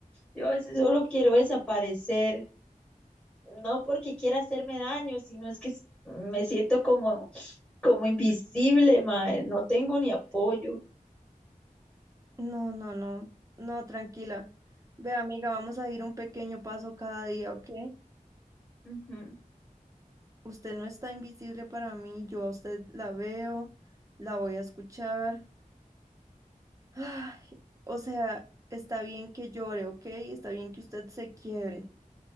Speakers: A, in the centre; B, on the right (about 20°).
A: Yo a veces solo quiero desaparecer, no porque quiera hacerme daño, sino es que s- me siento como, como invisible, ma. eh, No tengo ni apoyo.
B: No, no, no, no, tranquila. Ve, amiga, vamos a ir un pequeño paso cada día, ¿ok?
A: Ujú,
B: Usted no está invisible para mí, yo a usted la veo, la voy a escuchar. Ay, o sea, está bien que llore, ¿ok? Está bien que usted se quiebre,